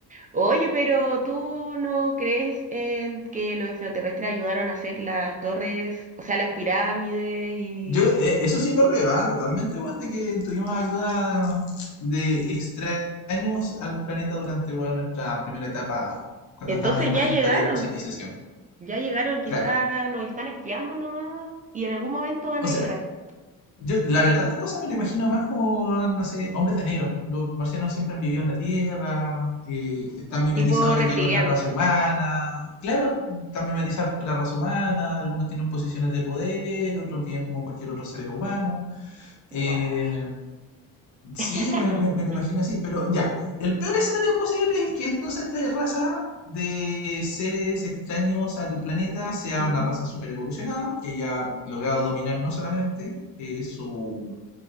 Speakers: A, on the right (about 25°); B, on the left (about 55°).
A: Oye, pero ¿tú no crees en que los extraterrestres ayudaron a hacer las torres, o sea, las pirámides y
B: Yo, eh, eso sí lo creo, ah, Totalmente, weón, de que tuvimos ayuda de extraños al planeta durante, weón, nuestra primera etapa, cuando
A: entonces
B: estábamos en pañales
A: ya llegaron,
B: todavía como civilización.
A: ya llegaron, quizás
B: Claro.
A: nos están espiando nomás y en algún momento van
B: O
A: a
B: sea,
A: llegar,
B: Yo, la verdad, las cosas me lo imagino más como, ah, no sé, hombres de negro. Los marcianos siempre han vivido en la Tierra, eh, están mimetizados
A: tipo reptilianos.
B: ya con la raza humana. Claro, están mimetizados con la raza humana, algunos tienen posiciones de poder, otros viven como cualquier otro ser humano.
A: Guau.
B: Eh, sí,
A: <laughs>
B: me, me- me lo imagino así, pero ya, el peor escenario posible es que entonces esta raza de seres extraños al planeta sea
A: Ujú,
B: una raza super evolucionada, que haya logrado dominar no solamente eh, su